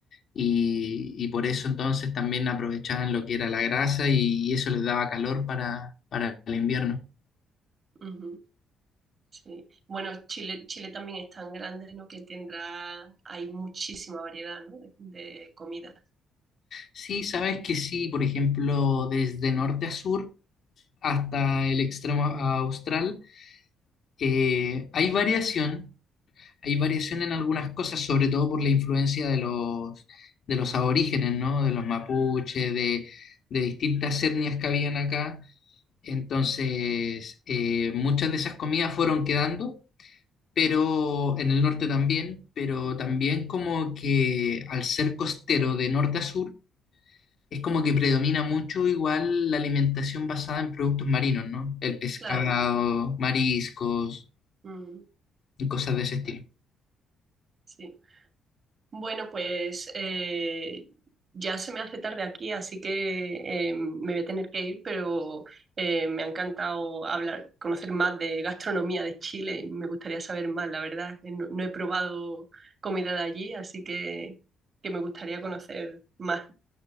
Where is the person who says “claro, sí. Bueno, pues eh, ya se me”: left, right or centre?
Right